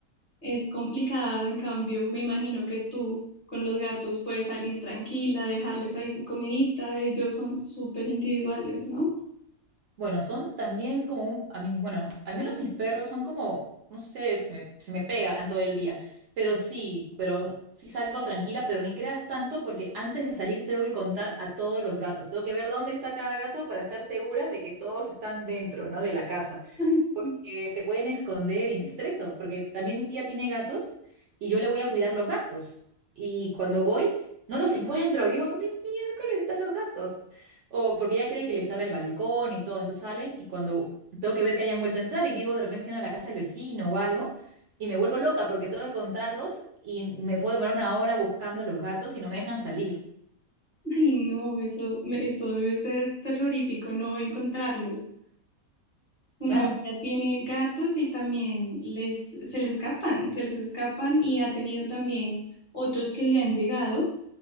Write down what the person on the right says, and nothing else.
Bueno, son también como un- a mí mis- bueno, al menos mis perros son como, no sé, se me, se me pegan todo el día, pero sí, pero sí salgo tranquila, pero ni creas tanto porque antes de salir tengo que contar a todos los gatos, tengo que ver dónde está cada gato para estar segura de que todos están dentro, ¿no? De la casa
porque
se pueden esconder y me estreso, porque también mi tía tiene gatos y yo le voy a cuidar los gatos. Y cuando voy, no los encuentro. y Digo, ¿dónde miércoles están los gatos? O porque ella quiere que les abra el balcón y todo. Entonces salen y cuando tengo que ver que hayan vuelto a entrar y digo, de repente se iban a la casa del vecino o algo. Y me vuelvo loca porque tengo que contarlos y me puedo demorar una hora buscando a los gatos y no me dejan salir.
No,